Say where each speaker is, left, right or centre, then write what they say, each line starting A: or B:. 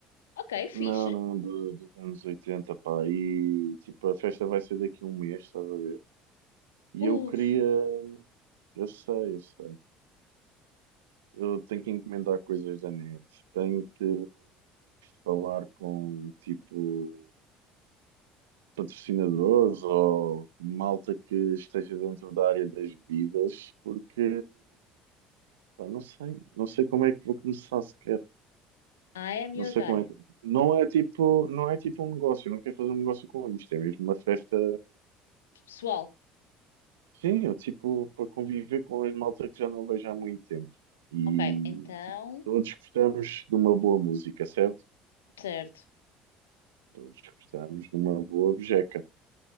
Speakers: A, on the left (about 80°); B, on the right (about 85°).
A: Ok, fixe.
B: Não, não, do- dos anos oitenta. pá. E, tipo, a festa vai ser daqui a um mês, estás a ver? E eu
A: Uf,
B: queria... Eu sei, eu sei. Eu tenho que encomendar coisas da net, tenho que falar com tipo patrocinadores ou malta que esteja dentro da área das bebidas, porque pá, não sei, não sei como é que vou começar sequer.
A: I am your
B: Não sei
A: guy.
B: como é que. Não é tipo, não é tipo um negócio, eu não quero fazer um negócio com isto, é mesmo uma festa.
A: Pessoal,
B: Sim, eu tipo para conviver com as malta que já não vejo há muito tempo. E
A: ok, então,
B: tipo, todos gostamos de uma boa música, certo?
A: certo.
B: Todos gostamos de uma boa bejeca.